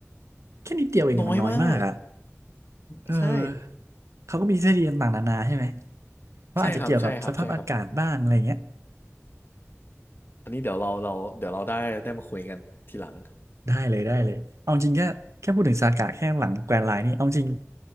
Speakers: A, on the right; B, on the left.
A: แค่นิดเดียวเองอะมันน้อยมากอะ
B: น้อยมาก
A: เออ
B: ใช่
A: เขาก็มีทฤษฎีต่างๆนานาใช่ไหมว่าอาจจะเกี่ยวกับสภาพอากาศบ้างอะไรเงี้ย
B: ใช่ครับใช่ครับ ใช่ครับ อันนี้เดี๋ยวเราเราเดี๋ยวเราได้ได้มาคุยกันทีหลัง
A: ได้เลยได้เลยเอาจริงแค่แค่พูดถึงสาพากะแค่หลังแกรนด์ไลน์นี่เอาจริง